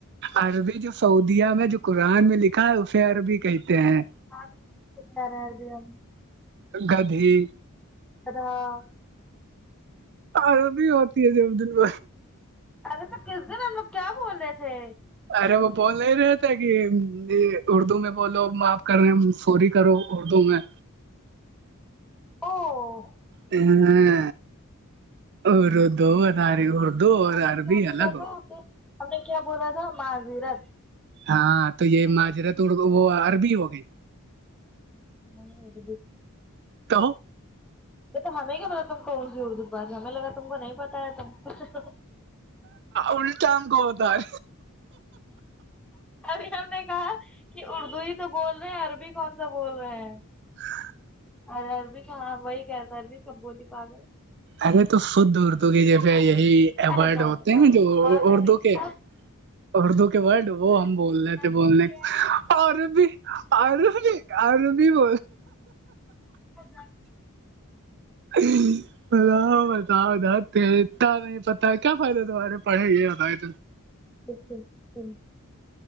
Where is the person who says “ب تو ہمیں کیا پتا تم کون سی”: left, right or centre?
Centre